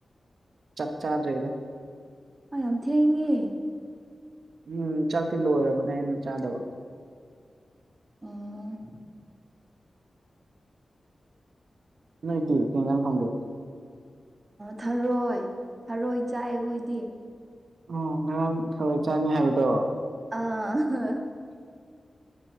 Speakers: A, on the right (about 65°); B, on the right (about 25°).
A: ꯆꯠ ꯆꯥꯗ꯭ꯔꯔꯤ ꯏꯗ
B: ꯑ ꯌꯥꯝ ꯊꯦꯡꯉꯦ
A: ꯎꯝ ꯆꯥꯛꯇꯤ ꯂꯣꯏꯔꯕꯅꯦ ꯑꯩꯅ ꯆꯥꯗꯕ
B: ꯎꯝ
A: ꯅꯣꯏꯗꯤ ꯊꯦꯡꯉꯡꯂꯅ ꯈꯪꯒꯦ
B: ꯊꯔꯣꯏ ꯊꯔꯣꯏ ꯆꯥꯏ ꯑꯩꯈꯣꯏꯗꯤ
A: ꯎꯝ ꯉꯔꯥꯡ ꯊꯋꯥꯏ ꯆꯥꯅꯤ ꯍꯥꯏꯕꯗꯣ
B: ꯑ